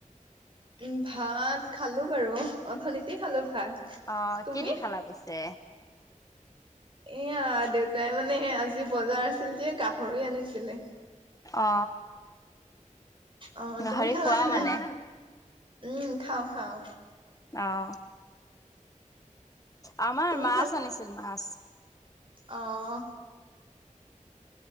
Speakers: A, on the right; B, on the left.
A: উম, ভাত খালো বাৰু অথনিতে খালো ভাত।
B: অ'
A: তুমি
B: কি দি খালা পিছে।
A: এয়া দেউতাই মানে আজি বজাৰ আছিল যে গাহৰি আনিছিলে।
B: অ।
A: অ
B: গাহৰি
A: তুমি খালানে
B: খোৱা মানে
A: নাই উম খাও খাও।
B: অঁ। আমাৰ
A: তুমি
B: মাছ আনিছিল মাছ।
A: অঁহ।